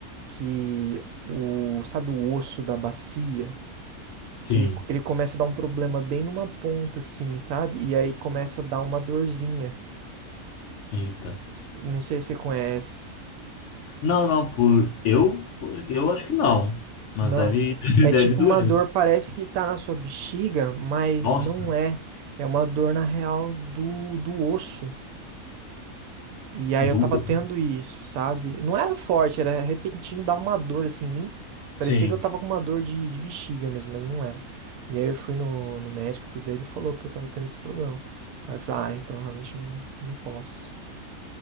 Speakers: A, on the right (about 85°); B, on the left (about 65°).
A: que o, sabe, o osso da bacia,
B: Sim.
A: que ele, ele começa a dar um problema bem numa ponta, assim, sabe? E aí começa a dar uma dorzinha.
B: Eita.
A: Não sei se você conhece.
B: Não, não, por eu, eu acho que não, mas
A: Não.
B: deve, <laughs>
A: É
B: deve
A: tipo
B: doer.
A: uma dor, parece que tá na sua bexiga, mas
B: Nossa,
A: não é. É uma dor na real do, do osso. E aí
B: doer.
A: eu tava tendo isso, sabe? Não era forte, era repentino, dava uma dor assim em mim. Parecia
B: Sim.
A: que eu tava com uma dor de, de bexiga mesmo, mas não era. E aí eu fui no, no médico, tudo, ele falou que eu tava tendo esse problema. Aí eu falei, ah, então realmente não, não posso.